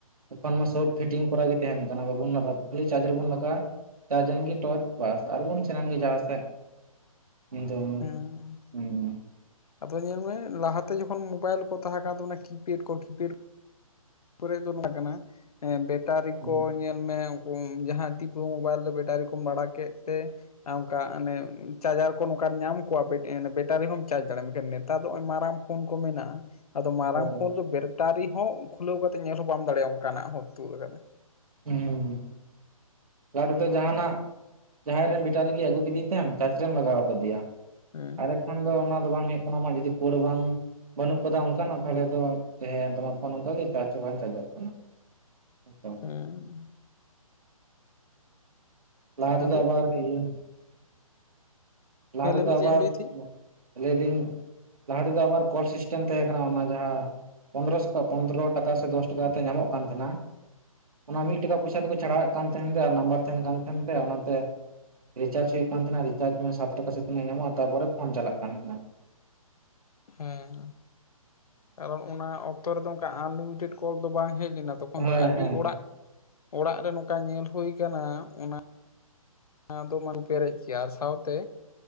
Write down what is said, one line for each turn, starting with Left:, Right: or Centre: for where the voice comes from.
Right: ᱮᱠᱷᱚᱱ ᱢᱟ ᱥᱳᱵ ᱯᱷᱤᱴᱤᱝ ᱠᱚᱨᱟ ᱜᱤ ᱛᱮᱦᱮᱱ ᱠᱟᱱᱟ ᱵᱟᱵᱚᱱ ᱞᱟᱜᱟᱛ ᱠᱷᱟᱹᱞᱤ ᱪᱟᱨᱡ ᱨᱮᱵᱩᱱ ᱞᱟᱜᱟᱣᱼᱟ ᱡᱟᱨᱡ ᱮᱱ ᱜᱤ ᱴᱚᱨᱪ ᱵᱟᱥ ᱟᱨ ᱵᱚᱱ ᱥᱮᱱ ᱮᱱ ᱜᱮ ᱡᱟᱦᱟᱸ ᱥᱮᱜ ᱧᱤᱸᱫᱟᱹ ᱧᱩᱛ᱾
Left: ᱦᱮᱸ
Right: ᱦᱩᱸ
Left: ᱟᱫᱚ ᱧᱮᱞ ᱢᱮ ᱞᱟᱦᱟᱛᱮ ᱡᱚᱠᱷᱚᱱ ᱢᱳᱵᱟᱭᱤᱞ ᱠᱚ ᱛᱟᱦᱮᱸ ᱠᱟᱱ ᱛᱟᱵᱚᱱᱟ ᱠᱤᱯᱮᱰ ᱠᱚ ᱠᱤᱯᱮᱰ ᱠᱚᱨᱮ ᱫᱚ ᱱᱚᱣᱟ ᱠᱟᱱᱟ ᱮᱸ ᱵᱮᱴᱟᱨᱤ
Right: ᱦᱩᱸ
Left: ᱠᱚ ᱧᱮᱞ ᱢᱮ ᱠᱚᱢ ᱡᱟᱦᱟᱸ ᱛᱤᱯᱩ ᱢᱳᱵᱟᱭᱤᱞ ᱫᱚ ᱵᱮᱴᱟᱨᱤ ᱠᱚᱢ ᱵᱟᱲᱟ ᱠᱮᱜ ᱛᱮ ᱟᱸ ᱚᱝᱠᱟ ᱟᱱᱮ ᱪᱟᱨᱡᱟᱨ ᱠᱚ ᱱᱚᱝᱠᱟ ᱧᱟᱢ ᱠᱚᱣᱟ ᱵᱮ ᱮᱸ ᱵᱮᱴᱟᱨᱤ ᱦᱚᱸᱢ ᱪᱟᱨᱡ ᱫᱟᱲᱮᱜ ᱢᱮᱱᱠᱷᱟᱱ ᱱᱮᱛᱟᱨ ᱫᱚ ᱚᱜᱚᱭ ᱢᱟᱨᱟᱝ ᱯᱷᱳᱱ ᱠᱚ ᱢᱮᱱᱟᱜᱼᱟ ᱟᱫᱚ ᱢᱟᱨᱟᱝ
Right: ᱦᱳᱭ
Left: ᱯᱷᱳᱱ ᱫᱚ ᱵᱮᱨᱴᱟᱨᱤ ᱦᱚᱸ ᱠᱷᱩᱞᱟᱹᱣ ᱠᱟᱛᱮ ᱧᱮᱞ ᱦᱚᱸ ᱵᱟᱢ ᱫᱟᱲᱮᱭᱟᱜᱼᱟ ᱚᱱᱠᱟᱱᱟᱜ ᱦᱚᱸ ᱛᱩᱫ ᱠᱟᱱᱟ᱾
Right: ᱦᱩᱸᱻ ᱞᱟᱦᱟ ᱛᱮᱫᱚ ᱡᱟᱦᱟᱱᱟᱜ ᱡᱟᱦᱟᱭ ᱨᱮᱱ ᱵᱮᱴᱟᱨᱤ ᱜᱮ ᱟᱹᱜᱩ ᱠᱤᱫᱤ ᱛᱮᱢ ᱪᱟᱨᱡ ᱨᱮᱢ ᱞᱟᱜᱟᱣ ᱠᱟᱫᱮᱭᱟ᱾
Left: ᱦᱮᱸ
Right: ᱟᱨ ᱮᱠᱷᱟᱱ ᱫᱚ ᱚᱱᱟ ᱫᱚ ᱵᱟᱝ ᱦᱳᱭᱳᱜ ᱠᱟᱱᱟ ᱟᱢᱟᱜ ᱡᱩᱫᱤ ᱯᱟᱹᱲ ᱵᱟᱝ ᱵᱟᱹᱱᱩᱜ ᱠᱟᱫᱟ ᱚᱱᱠᱟᱱᱟᱜ ᱛᱟᱦᱚᱞᱮ ᱫᱚ ᱛᱟᱦᱮᱸᱭᱮᱱ ᱛᱟᱢᱟ ᱯᱷᱳᱱ ᱚᱝᱠᱟ ᱜᱤ ᱪᱟᱨᱡ ᱦᱚᱸ ᱵᱟᱝ ᱪᱟᱨᱡᱚᱜ ᱠᱟᱱᱟ᱾ <unintelligible>
Left: ᱮᱸᱻ
Right: ᱞᱟᱦᱟ ᱛᱮᱫᱚ
Left: ᱟᱫᱚ
Right: ᱟᱵᱟᱨ ᱤᱭᱟᱹ ᱞᱟᱦᱟ
Left: ᱦᱮᱸ
Right: ᱛᱮᱫᱚ
Left: ᱞᱟᱹᱭ ᱢᱮ ᱪᱮᱫ
Right: ᱟᱵᱟᱨ
Left: ᱮᱢ ᱞᱟᱹᱭᱮᱫ ᱛᱟᱦᱮᱸᱫ
Right: ᱞᱮᱭᱫᱤᱧ ᱞᱟᱦᱟ ᱛᱮᱫᱚ ᱟᱵᱟᱨ ᱠᱚᱞ ᱥᱤᱥᱴᱮᱢ ᱛᱟᱦᱮᱸ ᱠᱟᱱᱟ ᱚᱱᱟ ᱡᱟᱦᱟᱸ ᱯᱚᱱᱫᱨᱚ ᱥᱚ ᱯᱚᱱᱫᱨᱚ ᱴᱟᱠᱟ ᱥᱮ ᱫᱚᱥ ᱴᱟᱠᱟ ᱠᱟᱛᱮ ᱧᱟᱢᱚᱜ ᱠᱟᱱ ᱛᱟᱦᱮᱱᱟ ᱚᱱᱟ ᱢᱤᱫ ᱴᱟᱠᱟ ᱯᱚᱭᱥᱟ ᱛᱮᱠᱚ ᱪᱷᱟᱲᱟᱣ ᱮᱫ ᱠᱟᱱ ᱛᱟᱦᱮᱸᱱ ᱛᱮ ᱟᱨ ᱱᱟᱢᱵᱟᱨ ᱛᱟᱦᱮᱱ ᱠᱟᱱ ᱛᱟᱦᱮᱸ ᱛᱮ ᱚᱱᱟᱛᱮ ᱨᱤᱪᱟᱨᱡ ᱦᱩᱭᱩᱜ ᱠᱟᱱ ᱛᱟᱦᱮᱸᱱᱟ ᱨᱤᱪᱟᱨᱡ ᱢᱮ ᱥᱟᱛ ᱴᱟᱠᱟ ᱥᱮ ᱛᱤᱱᱟᱹᱜ ᱧᱟᱢᱚᱜᱼᱟ ᱛᱟᱯᱚᱨᱮ ᱯᱷᱳᱱ ᱪᱟᱞᱟᱜ ᱠᱟᱱ ᱛᱟᱦᱮᱱᱟ ᱾
Left: ᱦᱮᱸ ᱠᱟᱨᱚᱱ ᱚᱱᱟ ᱚᱠᱛᱚ ᱨᱮᱫᱚ ᱚᱱᱠᱟ ᱟᱱᱞᱤᱢᱤᱴᱮᱰ ᱠᱚᱞ ᱫᱚ ᱵᱟᱝ ᱦᱮᱡ ᱞᱮᱱᱟ ᱾ ᱛᱚᱠᱷᱚᱱ
Right: ᱦᱳᱭ
Left: ᱫᱚ ᱟᱹᱰᱤ
Right: ᱦᱮᱸ
Left: ᱚᱲᱟᱜ ᱚᱲᱟᱜ ᱨᱮ ᱱᱚᱝᱠᱟ ᱧᱮᱞ ᱦᱳᱭ ᱠᱟᱱᱟ ᱚᱱᱟ ᱱᱟ ᱫᱚ ᱢᱟᱞ ᱯᱮᱨᱮᱡ ᱠᱮᱭᱟ ᱟᱨ ᱥᱟᱶᱛᱮ